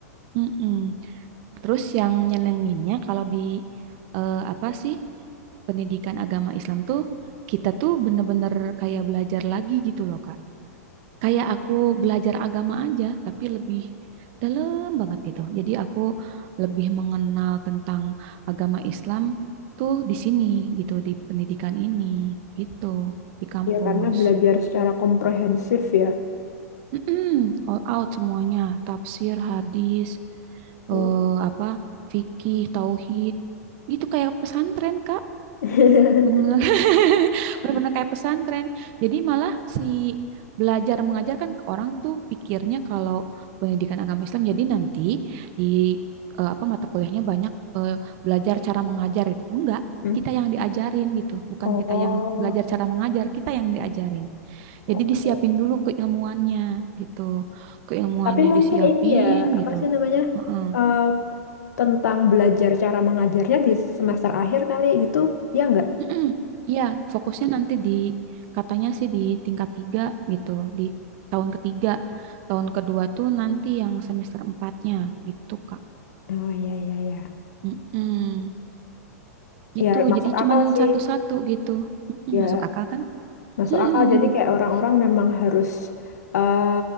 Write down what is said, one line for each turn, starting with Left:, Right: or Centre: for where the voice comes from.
Right: Mm-mm. Terus yang nyenenginnya kalau di eh, apa sih pendidikan agama Islam tuh kita tuh bener-bener kayak belajar lagi gitu loh Kak kayak aku belajar agama aja, tapi lebih dalam banget gitu. Jadi aku lebih mengenal tentang agama Islam tuh di sini gitu, di pendidikan ini gitu, di kampus.
Left: Ya karena belajar secara komprehensif ya.
Right: Mm-mm, all out semuanya, tafsir, hadis,
Left: Hmm.
Right: eh, apa, fikih, tauhid, gitu kayak pesantren, Kak.
Left: <laughs>
Right: benar-benar <laughs> benar-benar kayak pesantren. Jadi malah si belajar mengajarkan ke orang tuh pikirnya kalau pendidikan agama Islam jadi nanti di eh, apa mata kuliahnya banyak eh, belajar cara mengajar itu. Enggak,
Left: Hmm.
Right: kita yang diajarin gitu, bukan
Left: Oh,
Right: kita yang belajar cara mengajar, kita yang diajarin.
Left: oke.
Right: Jadi disiapin dulu keilmuannya gitu. Keilmuannya
Left: Tapi mungkin
Right: disiapin
Left: ini ya, apa
Right: gitu.
Left: sih namanya?
Right: Heeh.
Left: eh, tentang belajar cara mengajarnya di semester akhir kali gitu, ya nggak?
Right: Mm-mm. Iya, fokusnya nanti di katanya sih di tingkat tiga gitu, di tahun ketiga. Tahun kedua tuh nanti yang semester empatnya gitu, Kak.
Left: Oh, iya, iya, iya.
Right: Mm-mm. Gitu,
Left: Ya, masuk
Right: jadi cuman
Left: akal sih.
Right: satu-satu gitu. Mm-mm,
Left: Ya,
Right: Masuk akal kan?
Left: masuk
Right: <laughs>
Left: akal. Jadi kayak orang-orang memang harus eh,